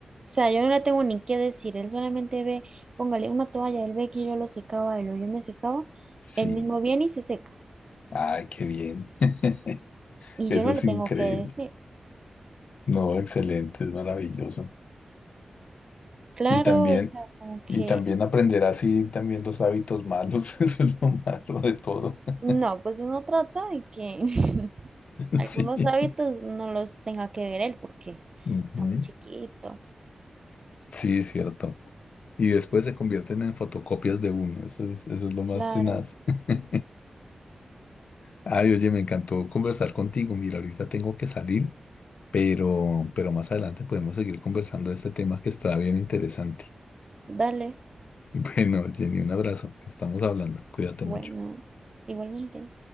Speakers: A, on the right; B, on the left.
A: O sea, yo no le tengo ni qué decir, él solamente ve, póngale una toalla, él ve que yo lo secaba, él o yo me secaba,
B: sí.
A: él mismo viene y se seca.
B: Ay, qué bien. <laughs>
A: Y
B: Eso
A: yo no
B: es
A: le tengo
B: increíble.
A: que decir.
B: No, excelente, es maravilloso.
A: Claro,
B: Y también,
A: o sea, como que
B: y también aprender así también los hábitos malos. <laughs> Eso es lo malo de todo. <laughs>
A: no, pues uno trata de que <laughs> algunos
B: Sí.
A: hábitos no los tenga que ver él porque
B: Ujú.
A: está muy chiquito.
B: Sí, cierto. Y después se convierten en fotocopias de uno. Eso es, eso es lo más
A: Claro,
B: tenaz. <laughs> Ay, oye, me encantó conversar contigo. Mira, ahorita tengo que salir, pero, pero más adelante podemos seguir conversando de este tema que está bien interesante.
A: dale,
B: Bueno, Jenny, un abrazo. Estamos hablando. Cuídate
A: bueno,
B: mucho.
A: igualmente.